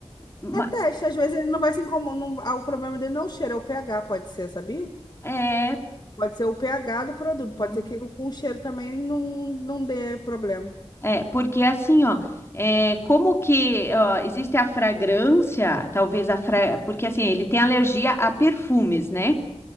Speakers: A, on the left (about 25°); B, on the left (about 40°).
A: Ma-
B: É teste, às vezes ele não vai se incomodar. O problema dele não é o cheiro, é o pH, pode ser, sabia?
A: é,
B: Pode ser o pH do produto,
A: uhum.
B: pode ser que com o cheiro também não, não dê problema.
A: É, porque assim, ó, é, como que ó, existe a fragrância, talvez a fra... porque assim, ele tem alergia a perfumes, né?